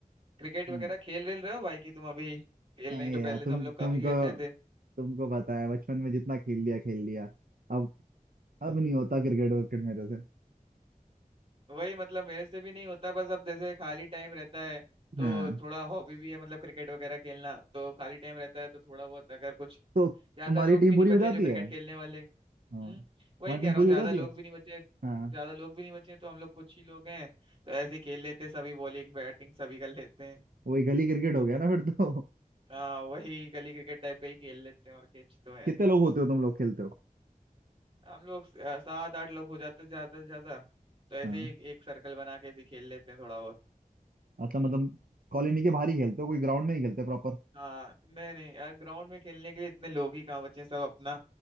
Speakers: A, on the right; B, on the right.
A: क्रिकेट
B: हम्म।
A: वगैरह खेल रेल रहे हो भाई कि तुम अभी खेल
B: ए
A: नहीं तो
B: यार
A: पहले
B: तुम
A: तो हम लोग
B: तुमको
A: काफी खेलते थे
B: तुमको पता है बचपन में जितना खेल लिया खेल लिया अब अब
A: हाँ,
B: नहीं होता क्रिकेट विकेट मेरे से
A: वही मतलब मेरे से भी नहीं होता बस अब जैसे खाली टाइम रहता है तो
B: हाँ
A: थोड़ा हॉबी भी है मतलब क्रिकेट वगैरह खेलना तो खाली टाइम रहता है तो थोड़ा बहुत अगर कुछ
B: तो तुम्हारी
A: ज्यादा लोग
B: टीम
A: भी नहीं
B: पूरी
A: बचे
B: हो जाती
A: हैं जो क्रिकेट
B: है
A: खेलने वाले हम्म
B: हाँ तुम्हारी
A: वही कह
B: टीम
A: रहा
B: पूरी
A: हूँ ज्यादा
B: हो जाती
A: लोग
B: है
A: भी नहीं बचे
B: हाँ
A: ज्यादा लोग भी नहीं बचे हैं, तो हम लोग कुछ ही लोग हैं तो ऐसे ही खेल लेते हैं सभी बॉलिंग बैटिंग सभी कर लेते हैं
B: वही गली क्रिकेट हो गया ना फिर तो <laughs>
A: हाँ वही गली क्रिकेट टाइप का ही खेल लेते हैं और किच तो है
B: कितने
A: नहीं
B: लोग होते हो तुम लोग खेलते हो
A: हम लोग अ, सात आठ लोग हो जाते हैं ज्यादा से ज्यादा तो ऐसे
B: हाँ
A: ही एक सर्कल बना के ऐसे ही खेल लेते हैं थोड़ा बहुत
B: अच्छा मतलब कॉलोनी के बाहर ही खेलते हो कोई ग्राउंड में नहीं खेलते प्रॉपर
A: हाँ नहीं नहीं ग्राउंड में खेलने के लिए इतने लोग ही कहाँ बचे हैं सब अपना